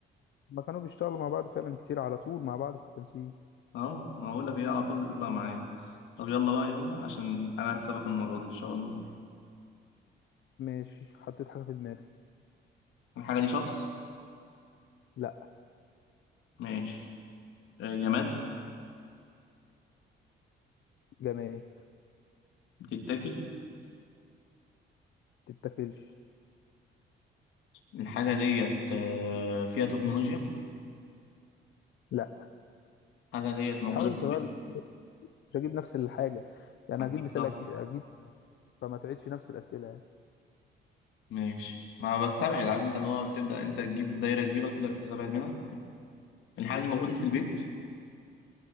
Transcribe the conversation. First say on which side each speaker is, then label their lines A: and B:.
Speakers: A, on the left (about 65°); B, on the left (about 80°).
A: ما كانوا بيشتغلوا مع بعض فعلا كتير على طول مع بعض في التمثيل
B: اه ما أقول لك هي على طول بتطلع معايا طب يلا بقى يلا عشان أنا هكسبك المرة دي إن شاء الله
A: ماشي حطيت حاجة في دماغي
B: الحاجة دي شخص
A: لا
B: ماشي آه، جماد
A: جماد
B: بتتاكل
A: تتاكلش
B: الحاجة ديت آه، فيها تكنولوجيا
A: لا
B: الحاجة ديت موجودة
A: حاول
B: في البيت
A: تغير مش هجيب نفس الحاجة يعني
B: أكيد
A: هجيب مثال
B: طبعا
A: أكيد أجيب فما تعيدش نفس الأسئلة يعني
B: ماشي ما بستبعد عارف أنت اللي هو بتبدأ أنت تجيب دايرة كبيرة وتبدأ تستبعد منها الحاجة
A: بالظبط
B: دي موجودة في البيت